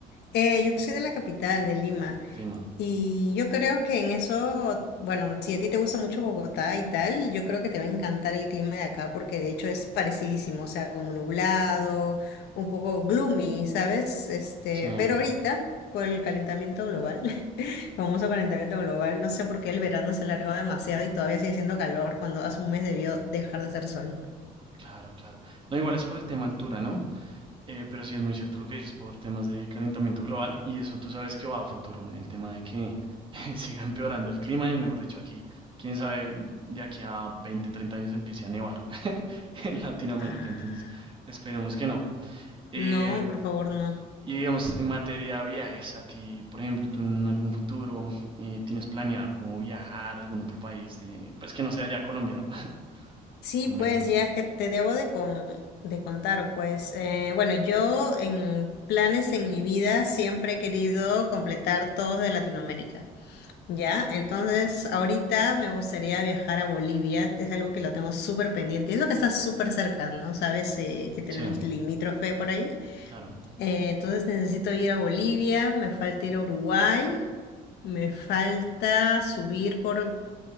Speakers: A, on the left; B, on the right.
A: Eh, yo soy de la capital, de Lima.
B: Lima.
A: Y yo creo que en eso, bueno, si a ti te gusta mucho Bogotá y tal, yo creo que te va a encantar el clima de acá porque de hecho es parecidísimo, o sea, como nublado, un poco gloomy, ¿sabes? Este,
B: Sí,
A: pero ahorita, por el calentamiento global, <laughs> el famoso calentamiento global, no sé por qué el verano se alargó demasiado y todavía sigue haciendo calor cuando hace un mes debió dejar de hacer sol.
B: claro, claro. No, igual es por el tema altura, ¿no? Eh, pero sí es muy cierto lo que dices por temas de calentamiento global y eso tú sabes que va a futuro, el tema de que <laughs> siga empeorando el clima y mejor dicho aquí, quién sabe, de aquí a 20 30 años empiece a nevar <laughs> en Latinoamérica,
A: Ah,
B: entonces esperemos que no. Eh,
A: No, por favor, no.
B: y digamos, en materia de viajes, a ti, por ejemplo, tú en algún futuro eh, tienes planeado como viajar a algún otro país, de, pues que no sea ya Colombia, ¿no? <laughs>
A: Sí,
B: O México.
A: pues ya que te debo de, con- de contar, pues eh, bueno, yo en planes en mi vida siempre he querido completar todos de Latinoamérica, ¿ya? Entonces ahorita me gustaría viajar a Bolivia, es algo que lo tengo súper pendiente, y eso que está súper cerca, ¿no? Sabes eh, que tenemos
B: Sí,
A: limítrofe por ahí,
B: claro,
A: Eh, entonces necesito ir a Bolivia, me falta ir a Uruguay. Me falta subir por